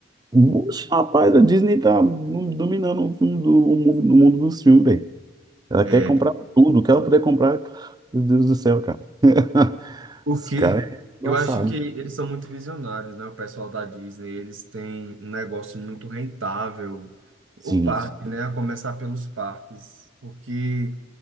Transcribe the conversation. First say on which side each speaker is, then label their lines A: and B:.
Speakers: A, on the right; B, on the right.
A: Oxe, rapaz, a Disney tá dominando o, mundo do, o mundo- o mundo dos filmes, velho. Ela
B: É,
A: quer comprar tudo, o que ela puder comprar, meu Deus do céu, cara. <laughs>
B: Porque
A: Esse cara
B: <laughs>
A: é engraçado.
B: eu acho que eles são muito visionários, né? O pessoal da Disney, eles têm um negócio muito rentável.
A: Sim.
B: O parque, né? A começar pelos parques. Porque.